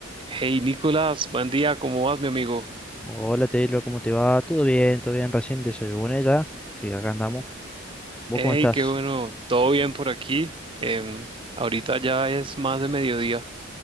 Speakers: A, on the right; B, in the centre.
A: Hey Nicolás, buen día, ¿cómo vas, mi amigo?
B: Hola Taylor, ¿cómo te va? ¿Todo bien? ¿Todo bien? Recién desayuné ya. Sí, acá andamos. ¿Vos
A: Hey,
B: cómo estás?
A: qué bueno, todo bien por aquí. Em, ahorita ya es más de mediodía.